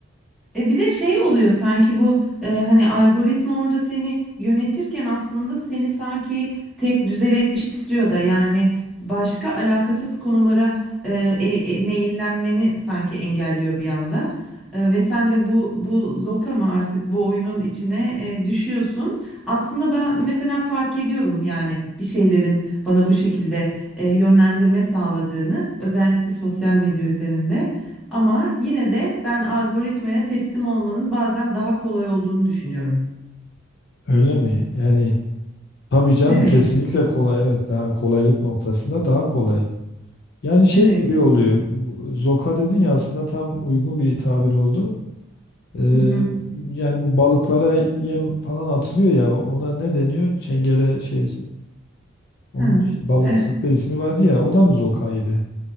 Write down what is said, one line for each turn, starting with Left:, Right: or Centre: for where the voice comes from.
Centre: E bir de şey oluyor sanki bu e, hani algoritma orada seni yönetirken aslında seni sanki tek düzeleştiriyor da yani başka alakasız konulara e, e, e, meyillenmeni sanki engelliyor bir anda. E, ve sen de bu bu zoka mı artık bu oyunun içine e, düşüyorsun. Aslında ben mesela fark ediyorum yani bir şeylerin bana bu şekilde e, yönlendirme sağladığını özellikle sosyal medya üzerinde. Ama yine de ben algoritmaya teslim olmanın bazen daha kolay olduğunu düşünüyorum.
Left: Öyle mi? Yani tabii canım
Centre: Evet,
Left: kesinlikle kolay. Evet daha kolaylık noktasında daha kolay. Yani şey
Centre: evet.
Left: gibi oluyor. bu- Zoka dedin ya aslında tam uygun bir tabir oldu. Ee,
Centre: Hı hı.
Left: yani bu balıklara yem falan atılıyor ya o- ona ne deniyor? Çengele şey onun
Centre: Ha.
Left: bir balıkçılıkta
Centre: E,
Left: ismi vardı ya o da mı zokaydı?